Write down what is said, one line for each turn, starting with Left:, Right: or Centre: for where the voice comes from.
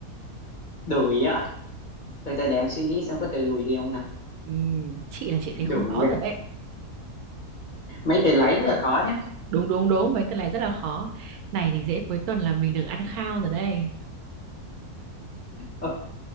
Left: đuổi á từ từ để em suy nghĩ xem có từ đuổi gì không nào
Right: Ừm, chị là chị thấy không
Left: đuổi
Right: có
Left: à?
Right: rồi đấy
Left: mấy từ lấy rất là khó nhá
Right: đúng đúng đúng mấy tuần này rất là khó này thì dễ cuối tuần là mình được ăn khao rồi đây
Left: Ờ,